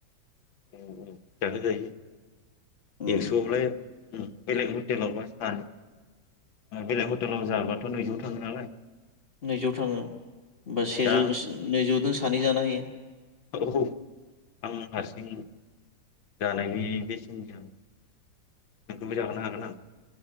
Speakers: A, on the left; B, on the left.
A: औ औ जाहो जायो
B: उम
A: एक्स'आवलाय बेलेग हटेलावबा सान बेलेग हटेलाव जाबाथ' नैजौ थाङो नालाय।
B: नैजौ थाङो
A: औ
B: बा सेजौ
A: दा
B: नैजौजों सानै जानो हायो।
A: औ औ आं हारसिं जानायनि बेसेन नोंखौबो जाहोनो हागोन आं।